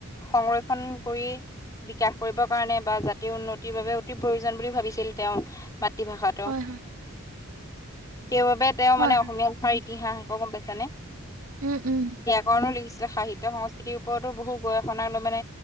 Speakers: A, on the left (about 15°); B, on the right (about 70°).
A: সংৰক্ষণ কৰি বিকাশ কৰিবৰ কাৰণে বা জাতীয় উন্নতিৰ বাবে অতি প্ৰয়োজন বুলি ভাবিছিল তেওঁ মাতৃভাষাটো,
B: হয় হয়
A: সেইবাবে তেওঁ
B: হয়
A: মানে
B: হয়
A: অসমীয়া ভাষাৰ ইতিহাস আকৌ গম পাইছানে?
B: উম উম
A: কণ লিখিছিলে সাহিত্য সংস্কৃতিৰ ওপৰতো বহু গৱেষণা মানে